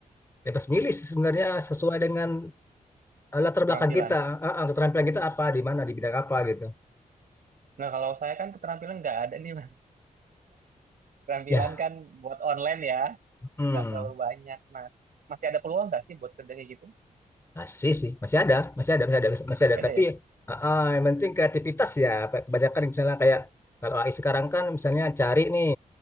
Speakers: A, on the left; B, on the right.
A: bebas milih sih sebenarnya sesuai dengan eh, latar
B: Keterampilan.
A: belakang kita, Eh, eh, keterampilan kita apa, di mana, di bidang apa gitu.
B: Nah, kalau saya kan keterampilan nggak ada nih, Mas. Keterampilan
A: Ya,
B: kan buat online ya,
A: hmm,
B: nggak terlalu banyak, Mas. Masih ada peluang nggak sih buat kerja kayak gitu?
A: masih sih, masih ada, masih ada, masih ada, masih
B: Nggak
A: ada.
B: ada
A: Tapi
B: ya?
A: eh, eh, yang penting kreativitas ya. Kebanyakan misalnya kayak kalau AI sekarang kan misalnya cari nih